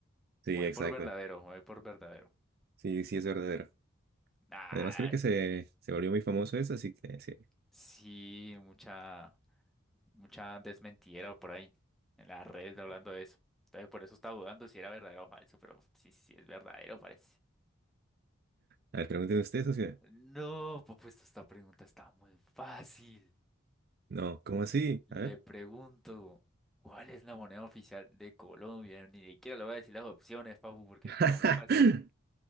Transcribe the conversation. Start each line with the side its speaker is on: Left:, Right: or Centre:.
Right: Sí,
Centre: Me voy
Right: exacto.
Centre: por verdadero, me voy por verdadero.
Right: Sí, sí es verdadero.
Centre: Ah,
Right: Además, creo que se, se volvió muy famoso eso, así que sí.
Centre: sí, mucha, mucha desmentida por ahí en las redes hablando de eso. Entonces por eso estaba dudando si era verdadero o falso, pero sí, sí es verdadero, parece.
Right: A ver, pregúntenme ustedes, socio?
Centre: No, pues pues, esta pregunta está muy fácil.
Right: no, ¿cómo así?
Centre: Le
Right: A ver.
Centre: pregunto, ¿cuál es la moneda oficial de Colombia? Ni siquiera le voy a decir las opciones, papu, porque
Right: <laughs>
Centre: eso está muy fácil.